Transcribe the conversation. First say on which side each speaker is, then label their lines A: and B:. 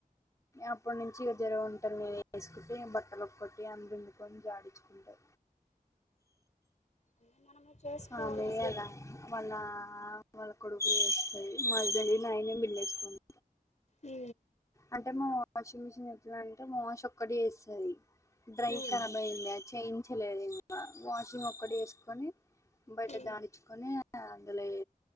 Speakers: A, on the left (about 20°); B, on the left (about 50°).
A: అప్పటినుంచి ఇగ జర వంటలు నేను చేసుకుంటే బట్టలు ఒక్కటి ఆమె పిండుకొని జాడి అంతే
B: అన్నీ మనమే చేసుకోవాలండి
A: ఆమేవి వాళ్ళ ఆయన వాళ్ళ వాళ్ళ కొడుకులు వేస్తది మా హస్బెండ్ నేనే పిండేసుకుంట
B: ఉ
A: అంటే మా వాషింగ్ మిషిన్ ఎట్లా అంటే మా వాష్ ఒక్కటి చేస్తాది డ్రై
B: ఉమ్
A: ఖరాబ్ అయిందా చేయించలేదు ఇంగ వాషింగ్ ఒక్కటి చేసుకొని బయట
B: ఉమ్
A: జాడించుకొని అందులో